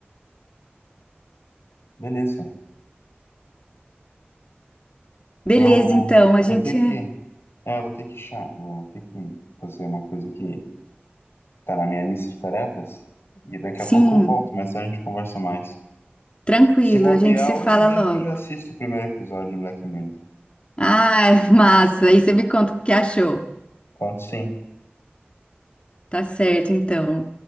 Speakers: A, on the left (about 85°); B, on the left (about 30°).
A: Beleza.
B: Beleza,
A: Eu vou
B: então, a gente.
A: ter que. É, vou ter que chá. Vou ter que fazer uma coisa que tá na minha lista de tarefas. E daqui
B: Sim,
A: a pouco eu volto, mas a gente conversa mais.
B: tranquilo,
A: Se bobear,
B: a gente se
A: hoje
B: fala
A: mesmo
B: logo.
A: eu já assisto o primeiro episódio do Black Mirror.
B: Ai, <laughs> massa, aí você me conta o que achou.
A: Conto sim.
B: Tá certo, então.